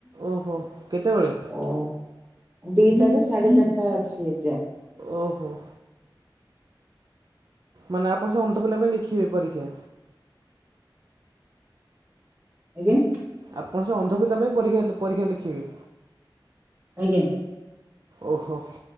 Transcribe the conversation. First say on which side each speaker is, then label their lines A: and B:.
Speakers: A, on the right (about 55°); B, on the right (about 30°).
A: ଓହୋ କେତେବେଳେ?
B: ଓ ଦିଟାରୁ ସାଢେ ଚାରିଟା ଅଛି ଏଗ୍ଜାମ୍।
A: ଓହୋ। ମାନେ ଆପଣ ସେଅନ୍ଧ ପିଲା ପାଇଁ ଲେଖିବେ ପରୀକ୍ଷା?
B: ଆଜ୍ଞା?
A: ଆପଣ ସେଅନ୍ଧ ପିଲା ପାଇଁ ପରୀକ୍ଷା ପରୀକ୍ଷା ଲେଖିବେ?
B: ଆଜ୍ଞା।
A: ଓହୋ